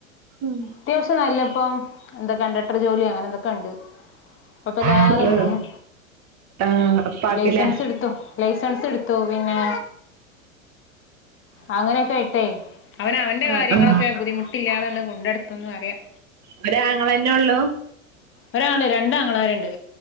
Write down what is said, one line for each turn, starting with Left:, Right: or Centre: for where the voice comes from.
Right: മ്
Left: അത്യാവശ്യം നല്ലപ്പം എന്താ കണ്ടക്ടർ ജോലി അങ്ങനെന്തൊക്കെ എണ്ട് കൊഴപ്പില്ലാതെ
Right: ആഹ്
Left: പോന്നു
Right: ആഹ് ഉപ്പാക്കില്ലേ
Left: ലൈസൻസ് ഇടുത്തു. ലൈസൻസ് ഇടുത്തു പിന്നെ അങ്ങനൊക്കെ ആയ്ട്ടേ അവൻ അവന്റെ
Right: ആഹ്
Left: കാര്യങ്ങളൊക്കെ
Right: ആഹ്
Left: ബുദ്ധിമുട്ടില്ലാതാണ് കൊണ്ടെടുക്കന്ന് അറിയാം
Right: ഒരാങ്ങളന്നെ ഒള്ളു
Left: ഒരാള് രണ്ടാങ്ങളമാരുണ്ട്